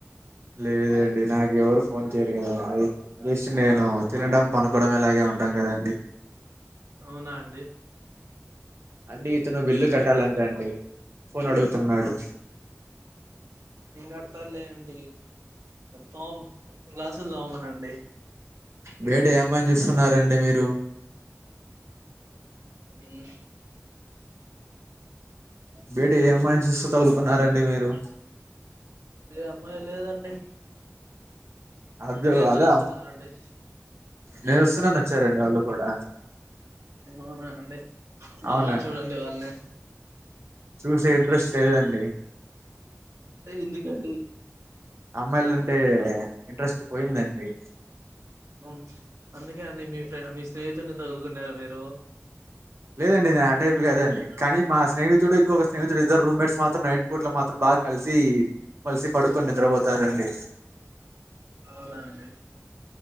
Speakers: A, on the right; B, on the right.
A: లేదండి నాకు ఎవరు ఫోన్ చేయరు కదాండి. బేస్ట్ నేను తినడం పనుకోవడం ఎలాగే ఉంటాం కదండి.
B: అవునా అండి.
A: అండి ఇతను బిల్లు కట్టాలంట అండి ఫోన్ అడుగుతున్నాడు.
B: ఇంకా అతారులేండి తోమ్ గ్లసులు తోమమానండి.
A: బయట ఏం పని చేస్తున్నారండి మీరు.
B: ఉమ్
A: బయట ఏ అమ్మాయిని చూస్తు తగులుకున్నారండి మీరు.
B: ఎ అమ్మాయి లేదండి.
A: అగ్
B: ఇప్పుడే ఇద్దరు
A: అదా.
B: వస్తున్నారండి
A: నేను వస్తున్నా అని వచ్చారండి వాళ్ళు కూడా.
B: అవునా అండి బాగా
A: అవునండి
B: చూడండి వాళ్ళని.
A: చూసే ఇంట్రెస్ట్ లేదండి.
B: ఎ ఎందుకండి.
A: అమ్మాయిలు అంటే ఇంట్రెస్ట్ పోయిందండి.
B: ఉమ్ అందుకే అండి మీ ఫామ్ మీ స్నేహితుని తగులుకున్నారు మీరు.
A: లేదండి నేను ఆ టైప్ కదండి కానీ మా స్నేహితుడు ఇంకొక స్నేహితుడు ఇద్దరు రూమ్మేట్స్ మాత్రం నైట్. పూట్ల మాత్రం బాగా కలిసి మలిసి పడుకొని నిద్రపోతారండి.
B: అవునా అండి.